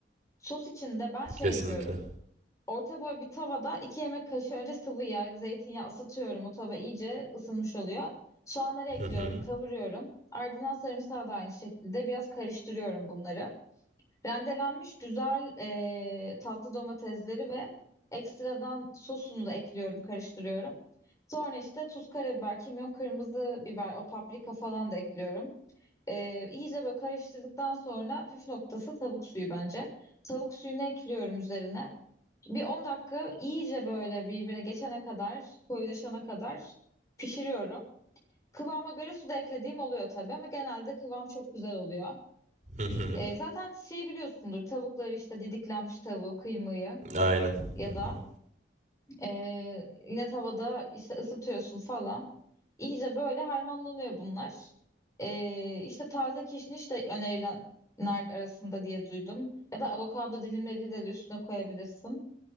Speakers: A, on the left (about 20°); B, on the right (about 45°).
A: Sos için de ben
B: <laughs>
A: şey
B: Kesinlikle.
A: yapıyorum. Orta boy bir tavada iki yemek kaşığı önce sıvı yağ, zeytinyağı ısıtıyorum. O tava iyice ısınmış oluyor. Soğanları ekliyorum,
B: Hı hı.
A: kavuruyorum. Ardından sarımsağı da aynı şekilde biraz karıştırıyorum bunları. Rendelenmiş güzel e, tatlı domatesleri ve ekstradan sosunu da ekliyorum, karıştırıyorum. Sonra işte tuz, karabiber, kimyon, kırmızı biber, o paprika falan da ekliyorum. E, iyice böyle karıştırdıktan sonra püf noktası tavuk suyu bence. Tavuk suyunu ekliyorum üzerine. Bir 10 dakika iyice böyle birbirine geçene kadar, koyulaşana kadar pişiriyorum. Kıvama göre su da eklediğim oluyor tabii ama genelde kıvam çok güzel oluyor.
B: Hı hı.
A: E, zaten şey biliyorsundur tavukları işte didiklenmiş tavuğu kıymayı
B: Aynen.
A: ya
B: <laughs> Hı
A: da
B: hı.
A: e, yine tavada işte ısıtıyorsun falan. İyice böyle harmanlanıyor bunlar. E, işte taze kişniş de önerilenler arasında diye duydum. Ya da avokado dilimleri de üstüne koyabilirsin.